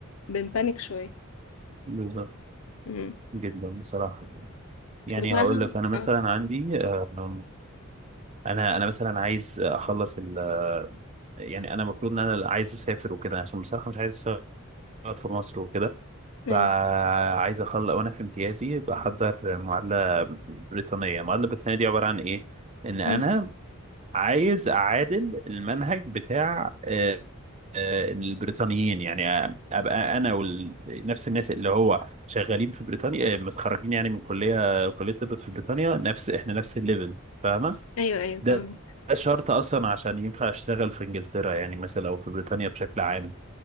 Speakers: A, on the left (about 70°); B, on the right (about 30°).
A: فبنبانك شوية
B: بالظبط
A: مم.
B: جدا بصراحه يعني
A: بصراحة
B: هقول لك انا مثلا
A: اه
B: عندي آم، انا انا مثلا عايز اخلص ال يعني انا المفروض ان انا عايز اسافر وكده عشان بصراحه مش عايز اشتغل في مصر وكده
A: ايوه
B: فعايز اخلص وانا في امتيازي بحضر معادله بريطانيه المعادله البريطانيه دي عباره عن ايه ان انا
A: مم.
B: عايز اعادل المنهج بتاع آه، آه، البريطانيين يعني ابقى انا ونفس الناس اللي هو شغالين في بريطانيا آه، متخرجين يعني من كليه كليه طب في بريطانيا نفس احنا نفس الليفل فاهمه
A: ايوه ايوه
B: ده
A: فاهمة.
B: ده شرط اصلا عشان ينفع اشتغل في انجلترا يعني مثلا او في بريطانيا بشكل عام